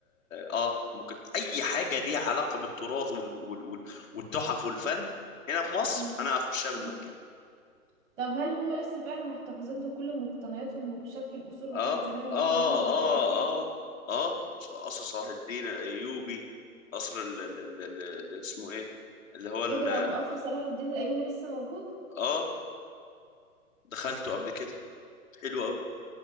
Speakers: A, on the left; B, on the right.
A: اه آه، ممكن اي حاجه ليها علاقه بالتراث وال... وال... وال... والتحف والفن هنا في مصر
B: مم.
A: انا هخشها بالمجان
B: مم. طب هل هم لسه فعلا محتفظين بكل مقتنياتهم وبشكل القصور
A: اه
B: بتاعت زمان واللي
A: اه
B: هم جددوا
A: اه
B: فيه
A: اه اه قصر صلاح الدين الايوبي قصر ال... ال... ال... ال... ال- اسمه ايه اللي هو ال...
B: ايه ده وقصر صلاح الدين الايوبي لسه موجود
A: اه دخلته قبل كده حلو قوي